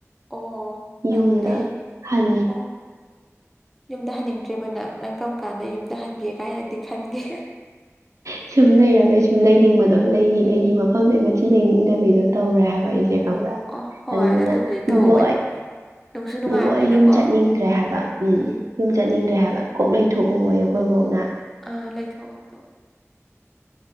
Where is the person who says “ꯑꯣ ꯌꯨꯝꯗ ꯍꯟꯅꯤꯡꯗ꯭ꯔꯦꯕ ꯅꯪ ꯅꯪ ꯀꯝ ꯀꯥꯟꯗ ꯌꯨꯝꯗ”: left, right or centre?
Centre